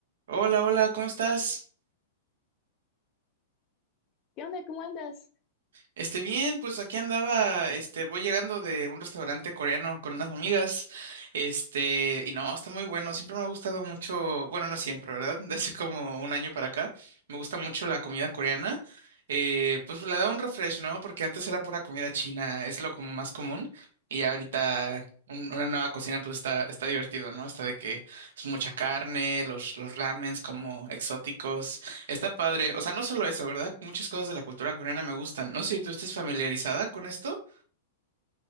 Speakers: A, on the right; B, on the left.
A: Hola, hola, ¿cómo estás?
B: ¿Qué onda? ¿Cómo andas?
A: Este, bien, pues aquí andaba, este, voy llegando de un restaurante coreano con unas amigas, este, y no, está muy bueno, siempre me ha gustado mucho, bueno, no siempre, ¿verdad? <laughs> Desde como un año para acá, me gusta mucho la comida coreana, eh, pues le da un refresh, ¿no? Porque antes era pura comida china, es lo como más común, y ya ahorita un- una nueva cocina pues está, está divertido, ¿no? Está de que es mucha carne, los, los ramens como exóticos. Está padre. O sea, no solo eso, ¿verdad? Muchas cosas de la cultura coreana me gustan. No sé si tú estés familiarizada con esto.